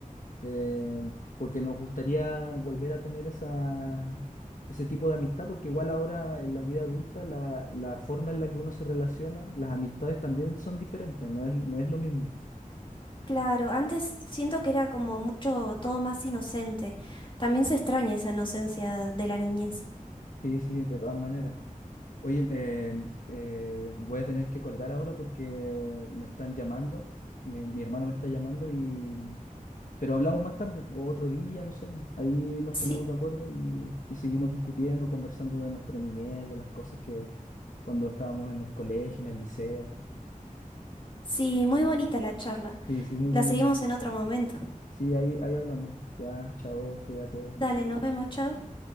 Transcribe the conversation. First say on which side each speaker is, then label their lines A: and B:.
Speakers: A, on the left; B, on the left.
A: eh, porque nos gustaría volver a tener esa, ese tipo de amistad, porque igual ahora en la vida adulta la, la forma en la que uno se relaciona, las amistades también son diferentes, no es, no es lo mismo.
B: Claro, antes siento que era como mucho todo más inocente. También se extraña esa inocencia de la niñez.
A: Sí, sí, de todas maneras. Oye, eh, eh, voy a tener que colgar ahora porque me están llamando, mi mi hermano me está llamando y... Pero hablamos más tarde, o otro día, no sé. Ahí nos
B: Sí,
A: ponemos de acuerdo y, y seguimos discutiendo, conversando de nuestra niñez, de las cosas que cuando estábamos en el colegio, en el liceo.
B: sí, muy bonita la charla.
A: Sí, sí, muy
B: La
A: bonita.
B: seguimos en otro momento.
A: Sí, ahí, ahí hablamos. Ya, chao, cuídate.
B: Dale, nos vemos, chao.